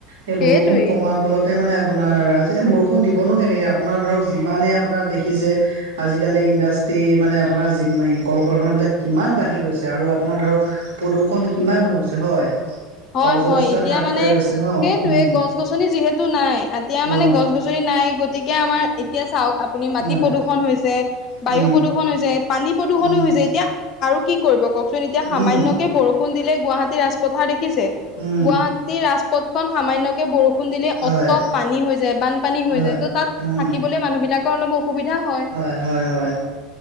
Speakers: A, on the right; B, on the left.
A: সেই
B: সেইটোৱেই
A: বৰষুণ কমা,,, ফলতে মানে আপোনাৰ আজিকা বৰষুণ দিবনো কেনেকৈ আপোনাৰ ধৰক যিমানেই আপোনাৰ দেখিছে। আজিকালি ইণ্ডাষ্ট্ৰি মানে আপোনাৰি কল কাৰখানাবিলাক কিমান বাঢ়ি গৈছে আৰু আপোনাৰ ধৰক,,, প্ৰদূষণ হিমান হৈ গৈছে হয়।
B: হয়ঁ
A: অৰ্জন
B: হয়ঁ
A: স্তৰ
B: এতিয়া
A: হ্ৰাস
B: মানে
A: পাই গৈছে ন
B: সেইটোয়ে
A: উম
B: গছ গছনি যিহেতু নাই এতিয়া
A: অ
B: মানে গছ গছনি। যদি নাই গতিকে আমাৰ এতিয়া চাওঁক আপ, আপুনি মাটি
A: হয়
B: প্ৰদূষণ হৈছে
A: উম
B: বায়ু প্ৰদূষণ হৈছে পানী প্ৰদূষনো
A: উম
B: হৈছে এতিয়া আৰু কি কৰিব কওকচোন এতিয়া সামান্যকে
A: উম
B: বৰষুণ দিলে গুৱাহাটী ৰাজপথাৰ দেখিছে
A: উম
B: গুৱাহ,,, সেই ৰাজপথ খন সামান্যকে বৰষু ষুণ দিলে
A: হয়
B: অত তত পানী হৈ যায় বানপানী হৈ
A: হয়
B: যায় ত' তাত
A: উম
B: থাকিবলৈ মানুহবিলাকৰ অলপ অসুবিধা হয়
A: হয় হয় হয়